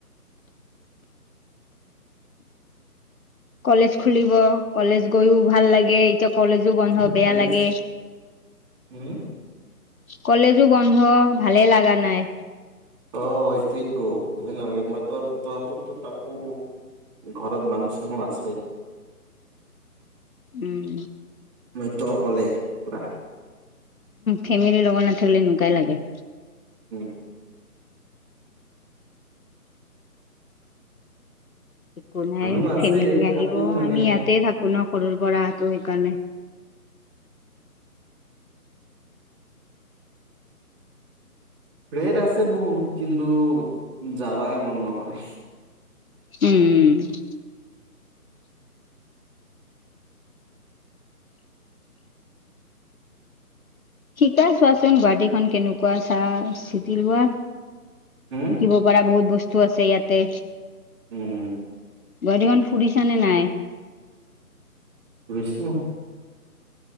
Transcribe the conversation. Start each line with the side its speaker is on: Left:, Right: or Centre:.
Left: কলেজ খুলিব, কলেজ গৈও ভাল লাগে। এতিয়া কলেজো বন্ধ
Right: উম
Left: বেয়া লাগে।
Right: উম।
Left: কলেজো বন্ধ ভালে লাগা নাই।
Right: অ', সেইটোৱেটো, ভালে নালাগে মই ত' তহতোকটো তাকো ঘৰত মানুহ চানুহ আছে।
Left: উম,
Right: মইতো অকলে পুৰা।
Left: ফেমিলিৰ লগত নাথাকিলে এনেকুৱাই লাগে।
Right: উম,
Left: একো নাই,
Right: মানুহ আছে
Left: ফেমিলি আহিব
Right: তাকো মানে
Left: আমি ইয়াতে থাকোঁ ন' সৰুৰ পৰাতো সেইকাৰণে।
Right: ফ্ৰেড আছে বহুত কিন্তু, যাবাই মন নকৰে।
Left: উম, উম, শিকাই চোৱাচোন গুৱাহাটীখন কেনেকুৱা চা-চিটি লোৱা।
Right: হম
Left: শিকিব পৰা বহুত বস্তু আছে ইয়াতে,
Right: উম
Left: বৰ্তমান ফুৰিছা নে নাই?
Right: ফুৰিছোঁ।